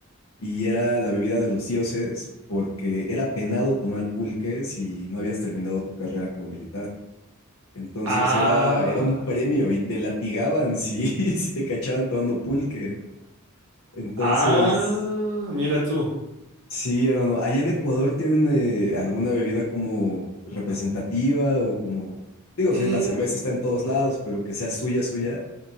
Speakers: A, on the left; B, on the right.
A: y era la bebida de los dioses porque era penado tomar pulque si no habías terminado tu carrera como militar. Entonces
B: ah,
A: era, era un premio y te latigaban si, <laughs> si te cachaban tomando pulque. Entonces...
B: ah, mira tú.
A: Sí, hermano. Allá en Ecuador tienen eh, alguna bebida como representativa o como, digo,
B: Mm,
A: sí, la cerveza está en todos lados, pero que sea suya, suya.